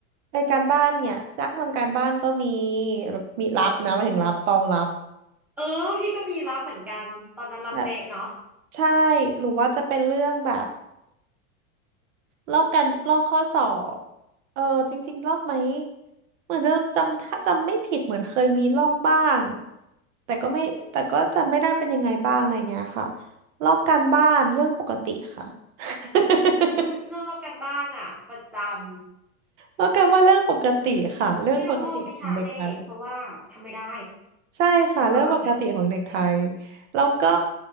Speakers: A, on the right; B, in the centre.
A: ไอการบ้านเนี่ยจ้างทำการบ้านก็มีแบบมีรับนะหมายถึงรับตองรับ
B: เออพี่ก็มีรับเหมือนกันตอนนั้นรับเละเนาะ
A: แบบใช่หรือว่าจะเป็นเรื่องแบบ ลอกกันลอกข้อสอบเออจริงๆลอกไหม เหมือนจะจำถ้าจำไม่ผิดเหมือนเคยมีลอกบ้างแต่ก็ไม่แต่ก็จำไม่ได้เป็นยังไงบ้างอะไรเงี้ยค่ะลอกการบ้านเรื่องปกติค่ะ <laughs>
B: อืมเรื่องลอกการบ้านอะประจำ
A: ลอกการบ้านเรื่องปกติค่ะเรื่องปกติของเด็กไทย
B: พี่ต้องลอกวิชาเลขเพราะว่าทำไม่ได้
A: ใช่ค่ะเรื่องปกติของเด็กไทย
B: การบ้าน
A: แล้วก็